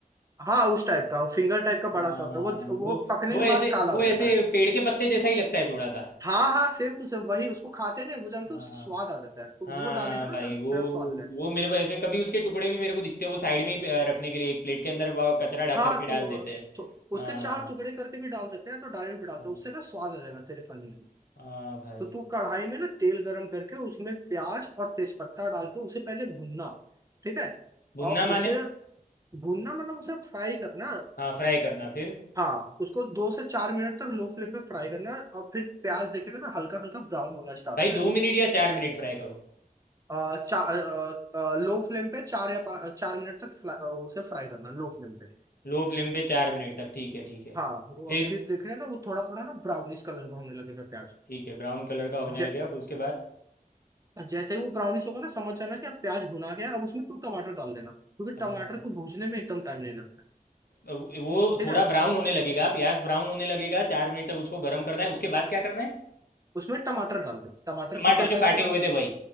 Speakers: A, on the right; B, on the left.
A: हाँ उस टाइप का वो फिंगर टाइप का बड़ा
B: हाँ
A: सा होता है वो
B: वो
A: वो पकने
B: वो
A: के
B: ऐसे
A: बाद काला
B: वो
A: हो
B: ऐसे
A: जाता है
B: पेड़ के पत्ते जैसा ही लगता है थोड़ा सा
A: हाँ हाँ सेम टू सेम वही उसको खाते हैं ना वो जानते
B: हाँ,
A: हो, उससे स्वाद आ जाता है तो
B: हाँ
A: वो डालेगा ना
B: भाई
A: तो तेरा
B: वो
A: स्वाद रहेगा
B: वो मेरे को ऐसे कभी उसके टुकड़े भी मेरे को दिखते हैं वो साइड में ही अ, रखने के लिए एक प्लेट के अंदर वो कचरा डाल
A: हाँ
B: करके डाल
A: तो
B: देते हैं
A: तो उसके
B: हाँ
A: चार टुकड़े करके भी डाल सकते हैं तो डायरेक्ट भी डाल
B: हाँ
A: सकते हैं उससे ना स्वाद आ जाएगा तेरे पनीर में
B: हाँ भाई
A: तो तू कढ़ाई में ना तेल गरम करके उसमें प्याज और तेज पत्ता डाल के उसे पहले भूनना ठीक है
B: भुनना
A: और
B: माने
A: उसे भूनना मतलब उसे फ्राई करना
B: हाँ फ्राई करना फिर
A: हाँ उसको दो से चार मिनट तक लो फ्लेम पे फ्राई करना है और फिर प्याज देखिएगा ना हल्का हल्का ब्राउन होना स्टार्ट
B: भाई
A: हो
B: दो मिनट या चार मिनट फ्राई करो
A: जाएगा चार लो फ्लेम पे चार या पाँच चार मिनट तक फ्ला- अ, उसे फ्राई करना लो फ्लेम पे
B: लो फ्लेम पे चार मिनट तक ठीक है ठीक है
A: हाँ वो
B: फिर
A: अब फिर देख रहे हैं ना वो थोड़ा थोड़ा ना ब्राउनिश कलर का होने लगेगा प्याज
B: ठीक है ब्राउन कलर का होने
A: जै,
B: लगेगा फिर उसके बाद
A: जैसे ही वो ब्राउनिश होगा ना समझ जाना कि अब प्याज भुना गया अब उसमें तू टमाटर डाल देना क्योंकि
B: अच्छा,
A: टमाटर को भूनने में एकदम टाइम नहीं लगता है
B: अब वो
A: ठीक
B: थोड़ा
A: है
B: ब्राउन होने लगेगा प्याज ब्राउन होने लगेगा चार मिनट तक उसको गर्म करना है उसके बाद क्या करना है
A: उसमें टमाटर डाल दे टमाटर
B: टमाटर
A: तू काटा
B: जो
A: रहेगा
B: काटे हुए थे वही